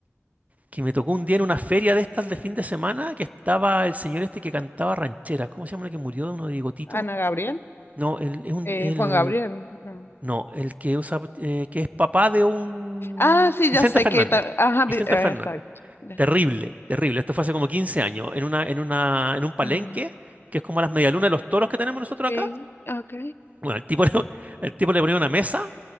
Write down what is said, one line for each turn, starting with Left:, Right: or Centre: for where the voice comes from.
Right: que me tocó un día en una feria de estas de fin de semana que estaba el señor este que cantaba rancheras, ¿cómo se llama el que murió de uno de bigotito?
Left: Ana Gabriel.
Right: No, el, es un-
Left: Eh,
Right: el,
Left: Juan Gabriel. No.
Right: No, el que usa, eh, que es papá de un...
Left: Ah, sí,
Right: Vicente
Left: ya sé
Right: Fernández.
Left: que. ta- Ajá,
Right: Vicente
Left: vi- eh,
Right: Fernández.
Left: exacto. Ya.
Right: Terrible, terrible. Esto fue hace como 15 años, en una, en una, en un palenque,
Left: Ah,
Right: que es como las medialunas de los toros que tenemos nosotros
Left: sí,
Right: acá.
Left: ok.
Right: Bueno, el tipo, le- <laughs> el tipo le ponía una mesa,